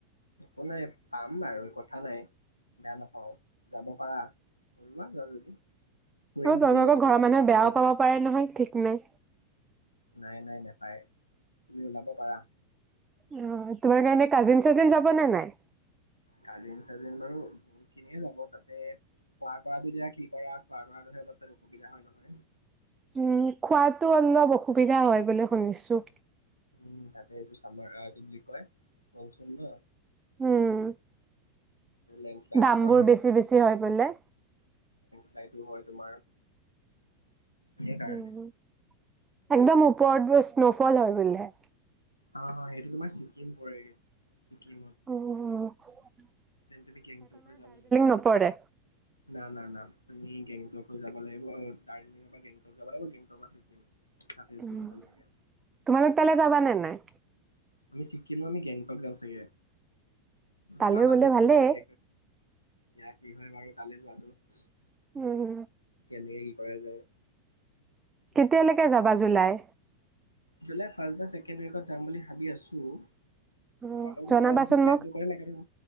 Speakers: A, on the left; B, on the right.
A: একো নাই, পাম বাৰু কথা নাই, বেয়া নাপাওঁ যাব পাৰা। ওলোৱা যাওঁ যদি, ফুৰিম
B: আৰু <inaudible>
A: ধুনীয়াকে
B: ঘৰৰ
A: তাতে
B: মানুহে
A: চবতে।
B: বেয়াও পাব পাৰে নহয় ঠিক এনে।
A: নাই, নাই নাপায়। তুমি ওলাব পাৰা।
B: অ তোমাৰ কাৰণে কাজিন-চাজিন যাব নে নাই?
A: কাজিন-চাজিন বাৰু বহুত খিনিয়ে যাব, তাতে খোৱা টোৱা বিলাক কি কৰা <unintelligible> অসুবিধা হয় নহয়।
B: উম, খোৱাতো অলপ অসুবিধা হয় বুলি শুনিছোঁ।
A: উম, তাতে এইটো চামাৰ এইটো বুলি কয় মনসুন ন।
B: হম।
A: লেণ্ডশ্লাইডো
B: দামবোৰ
A: হোৱা চান্স
B: বেছি বেছি হয় বোলে।
A: এইটো হয় তোমাৰ সেই কাৰণে।
B: উম, একদম ওপৰত বুচ নচলে বোলে।
A: অ অ সেইটো তোমাৰ ছিকিম পৰেগে ছিকিম।
B: অহ।
A: <unintelligible> যাব লাগে?
B: নপৰে।
A: না না না। তুমি গেংটক যাব লাগিব, আৰু দাৰ্জিলিঙৰ পৰা গেংটক যাব লাগিব গেংটকৰ পৰা ছিকিম। তাতে
B: উম,
A: স্ন'ফল থাকে
B: তোমালোক তালে যাবা নে নাই?
A: আমি চিকিম আমি গেংটক যাম চাগে।
B: তালৈ
A: লোৱা বাজেটটো
B: গ'লে ভালেই।
A: মিলাই এয়া কি হয় বাৰু তালৈ যোৱাটো। কেনেই
B: উম,
A: কি কৰা যায়।
B: কেতিয়ালৈকে যাবা জুলাই
A: জুলাইৰ ফাষ্ট বা ছেকেণ্ড উইকত যাম বুলি ভাবি আছোঁ।
B: অ'
A: তোমালোক
B: জনাবাচোন
A: ওলোৱা হৈছে প্লেনটো
B: মোক।
A: কৰিবই লাগে ন।